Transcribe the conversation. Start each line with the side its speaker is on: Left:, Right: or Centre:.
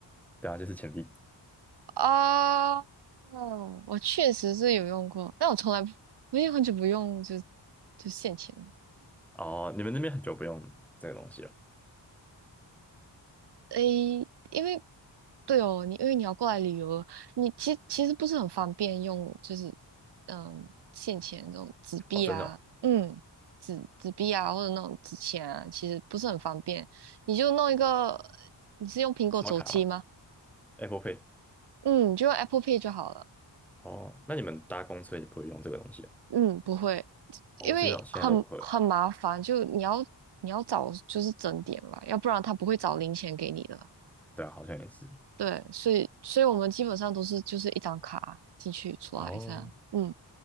Centre: 对啊，就是钱币
Right: 啊，哦，我确实是有用过，但我从来不，我也很久不用就就现钱。
Centre: 哦，你们那边很久不用这个东西了，
Right: 诶，因为对哦，你因为你要过来旅游，你其其实不是很方便用，就是嗯，现钱这种纸币啊，
Centre: 哦，真的哦，
Right: 嗯，纸纸币啊，或者那种纸钱啊，其实不是很方便。你就弄一个，你是用苹果手机吗？
Centre: 刷卡嘛，Apple Pay，
Right: 嗯，你就用 Apple Pay 就好了。
Centre: 哦，那你们搭公车也不会用这个东西啊？
Right: 嗯，不会，因为很很麻烦，
Centre: 哦，真的哦，现在都不会了，
Right: 就你要你要找就是整点吧，要不然他不会找零钱给你的。
Centre: 对啊，好像也是。
Right: 对，所以所以我们基本上都是就是一张卡进去出来这样，
Centre: 哦，
Right: 嗯，